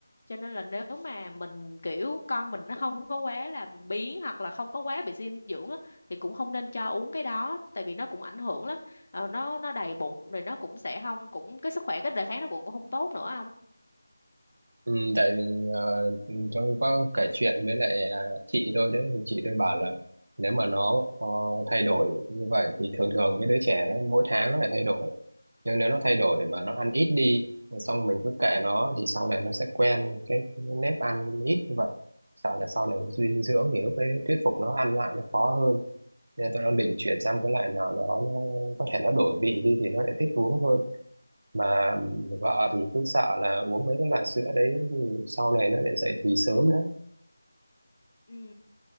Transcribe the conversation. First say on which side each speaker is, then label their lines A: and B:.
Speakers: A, on the left; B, on the right.
A: cho nên là nếu mà mình kiểu con mình nó không có quá là biếng hoặc là không có quá bị suy dinh dưỡng á, thì cũng không nên cho uống cái đó tại vì nó cũng ảnh hưởng lắm Ờ, nó nó đầy bụng rồi nó cũng sẽ không cũng cái sức khỏe cái đề kháng nó cũng không tốt nữa không
B: Ừ, tại vì ờ, trong có kể chuyện với lại ờ, chị tôi đấy thì chị tôi bảo là nếu mà nó ờ, thay đổi như vậy thì thường thường cái đứa trẻ nó mỗi tháng nó lại thay đổi nhưng nếu nó thay đổi mà nó ăn ít đi xong mình cứ kệ nó thì sau này nó sẽ quen cái nếp ăn ít như vậy sợ là sau này dinh dưỡng thì lúc đấy thuyết phục nó ăn lại nó khó hơn nên tôi đang định chuyển sang cái loại nào đó nó có thể nó đổi vị đi thì nó lại thích uống hơn mà vợ thì cứ sợ là uống mấy cái loại sữa đấy thì sau này nó lại dậy thì sớm nữa
A: Ừ.